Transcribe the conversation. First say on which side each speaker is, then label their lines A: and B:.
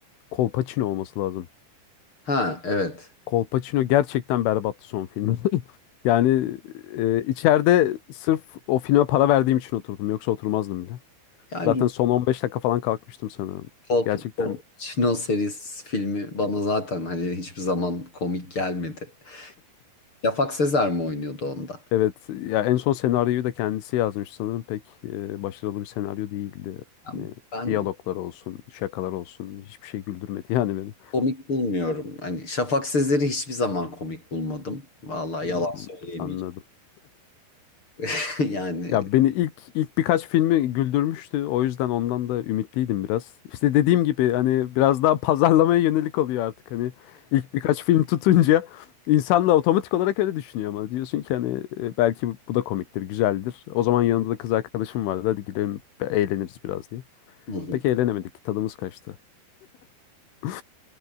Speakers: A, on the left (about 75°); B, on the left (about 25°).
A: Kolpaçino olması lazım.
B: Ha evet.
A: Kolpaçino gerçekten berbattı son filmi. <laughs> Yani e, içeride sırf o filme para verdiğim için oturdum. Yoksa oturmazdım bile.
B: Yani
A: Zaten son 15 dakika falan kalkmıştım sanırım.
B: Pol-
A: Gerçekten
B: Pol- Çino serisi filmi bana zaten hani hiçbir zaman komik gelmedi. Şafak Sezer mi oynuyordu onda?
A: evet. Ya en son senaryoyu da kendisi yazmış sanırım. Pek e, başarılı bir senaryo değildi.
B: Yani
A: Yani
B: ben
A: diyaloglar olsun, şakalar olsun. Hiçbir şey güldürmedi yani beni.
B: komik bulmuyorum. Hani Şafak Sezer'i hiçbir zaman komik bulmadım. Vallahi
A: Hmm,
B: yalan söyleyemeyeceğim.
A: anladım.
B: <laughs> Yani
A: Ya beni ilk ilk birkaç filmi güldürmüştü. O yüzden ondan da ümitliydim biraz. İşte dediğim gibi hani biraz daha <laughs> pazarlamaya yönelik oluyor artık. Hani ilk birkaç film tutunca insanla otomatik olarak öyle düşünüyor ama diyorsun ki hani e, belki bu bu da komiktir, güzeldir. O zaman yanında da kız arkadaşım vardı. Hadi gidelim be- eğleniriz biraz diye.
B: <laughs>
A: Pek eğlenemedik. Tadımız kaçtı. Hı